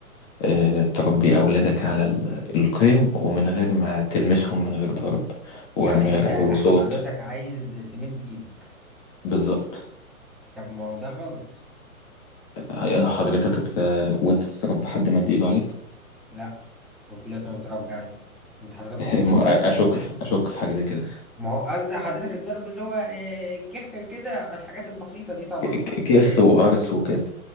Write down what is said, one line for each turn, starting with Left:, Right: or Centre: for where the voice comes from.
Left: آه، تربي اولادك على ال- القيم ومن غير ما تلمسهم من غير ضرب ومن
Centre: يعني
Left: غير
Centre: أنت
Left: علو صوت
Centre: حضرتك عايز تمد إيدك
Left: بالظبط
Centre: طب ما هو ده غلط
Left: آه، حضرتك ات- وانت بتتربى حد مد ايده عليك
Centre: لأ وطلعت متربع أنت حضرتك
Left: <laughs>
Centre: كنت
Left: آه،
Centre: بتتضرب
Left: م- اشك في اشك في حاجه زي كده
Centre: ما هو قصدي حضرتك الضرب اللي هو آه، الكخ كده الحاجات البسيطة دي طبعا
Left: ك- ك-
Centre: صح
Left: كيخ وقرص وكده